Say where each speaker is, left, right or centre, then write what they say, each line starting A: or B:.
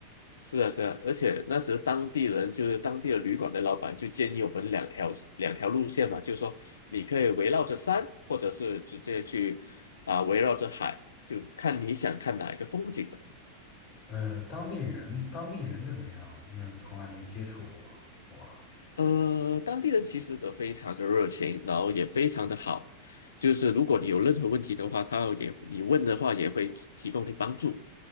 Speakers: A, on the left (about 70°); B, on the left (about 50°).
A: 是啊是啊，而且那时当地人就是当地的旅馆的老板就建议我们两条两条路线嘛，就是说你可以围绕着山，或者是直接去啊、围绕着海，就看你想看哪一个风景。
B: 呃，当地人当地人怎么样？因为从来没接触过我。
A: 呃，当地人其实都非常的热情，然后也非常的好。就是如果你有任何问题的话，他也你问的话也会提提供你帮助。